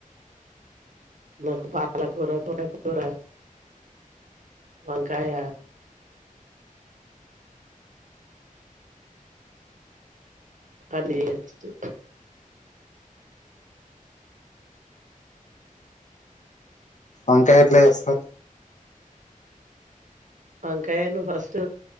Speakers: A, on the right (about 60°); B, on the left (about 55°).
A: నాకు పాలకూర, తోటకూర, వంకాయ అన్ని చేయొచ్చు.
B: వంకాయ ఎట్ల జేస్తర్?
A: వంకాయను ఫస్ట్